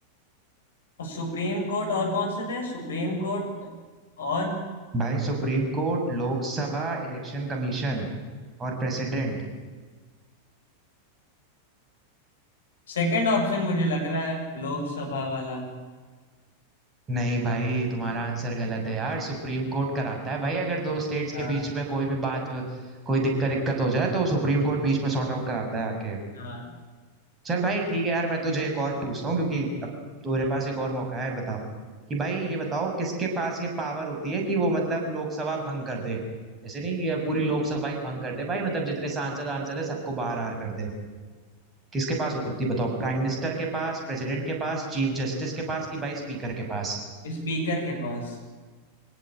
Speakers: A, on the left; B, on the right.
A: सुप्रीम कोर्ट और कौन से थे सुप्रीम कोर्ट और
B: भाई supreme court Lok Sabha election commission और प्रेसिडेंट
A: सेकंड ऑप्शन मुझे लग रहा है लोकसभा वाला
B: नहीं भाई तुम्हारा आंसर गलत है यार सुप्रीम कोर्ट कराता है भाई अगर दो स्टेट्स
A: हाँ
B: के बीच में कोई भी बात कोई दिक्कत दिक्कत हो जाए तो सुप्रीम कोर्ट बीच में सॉर्ट आउट कराता है आके
A: हाँ
B: चल भाई ठीक है यार मैं तुझे एक और पूछता हूँ क्योंकि अब तुम्हारे पास एक और मौका है बताओ कि भाई ये बताओ किसके पास ये पावर होती है कि वो मतलब लोकसभा भंग कर दे ऐसे नहीं कि पूरी लोकसभा ही भंग कर दे भाई मतलब जितने सांसद आंसद है सबको बाहर आर कर दे किसके पास होती है बताओ प्राइम मिनिस्टर के पास प्रेसिडेंट के पास चीफ जस्टिस के पास कि भाई स्पीकर के पास
A: स्पीकर के पास